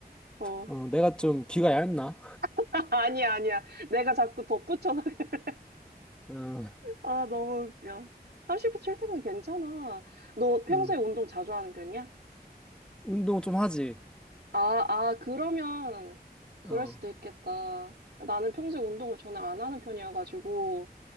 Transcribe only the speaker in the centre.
어, 내가 좀 귀가 얇나?
<laughs> 어,
어,
운동 좀 하지.
어,